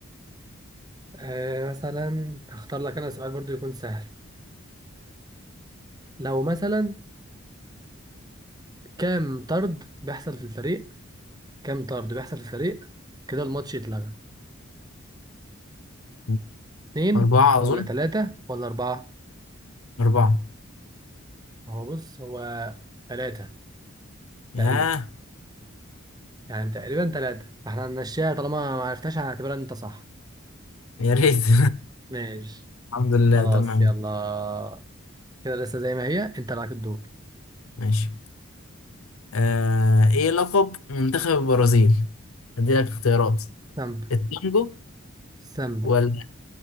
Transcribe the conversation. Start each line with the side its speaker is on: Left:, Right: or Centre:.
Right: آه مثلا هختار لك انا سؤال برضو يكون سهل لو مثلا كام طرد بيحصل في الفريق كام طرد بيحصل في الفريق كده الماتش يتلغى
Left: اه
Right: اتنين
Left: أربعة
Right: ولا
Left: أظن
Right: تلاتة ولا أربعة
Left: أربعة
Right: هو بص هو تلاتة تقريبا
Left: ياه
Right: يعني تقريبا تلاتة فاحنا هنمشيها طالما ما عرفتهاش هنعتبرها ان انت صح
Left: يا ريت <laughs>
Right: ماشي
Left: الحمد لله
Right: خلاص
Left: تمام
Right: يلا كده لسه زي ما هي انت لك الدور
Left: ماشي آه إيه لقب منتخب البرازيل؟ أديلك اختيارات
Right: سامبا
Left: التانجو
Right: سامبا
Left: ولا